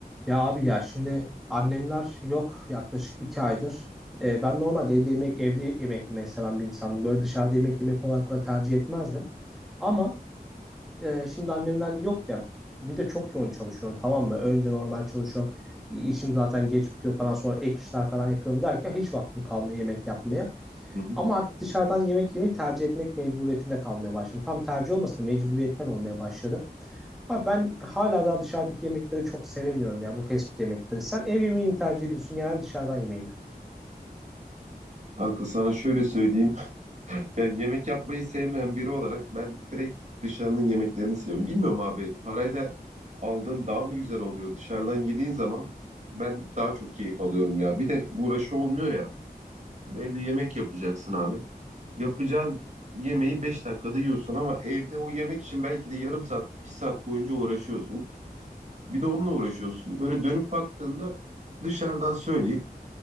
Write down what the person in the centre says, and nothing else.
Ya abi ya şimdi annemler yok yaklaşık iki aydır. Ee, ben normalde evde yemek evde yemek yemeyi seven bir insanım. Böyle dışarıda yemek yemeyi kolay kolay tercih etmezdim. Ama e, şimdi annemler yok ya. Bir de çok yoğun çalışıyorum tamam mı? Önce normal çalışıyorum. İşim zaten geç bitiyor falan sonra ek işler falan yapıyorum derken hiç vaktim kalmıyor yemek yapmaya.
Ama artık dışarıdan yemek yemeyi tercih etmek mecburiyetinde kalmaya başladım. Tam tercih olmasa da mecburiyetten olmaya başladı. Abi ben hala daha dışarıdaki yemekleri çok sevemiyorum ya bu fast food yemekleri. Sen ev yemeğini mi tercih ediyorsun genelde dışarıdan yemeği mi?